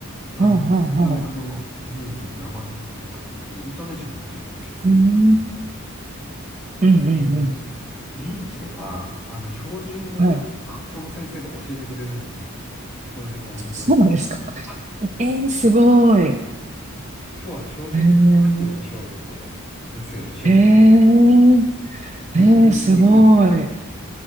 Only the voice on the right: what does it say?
うんうんう
ん。うんうんうんうんうんうんうんうんうんああうんうんうんうんうんうん
はい。
そうなんですか。
えー、すごい。え
ー、えー、
えー、すごい。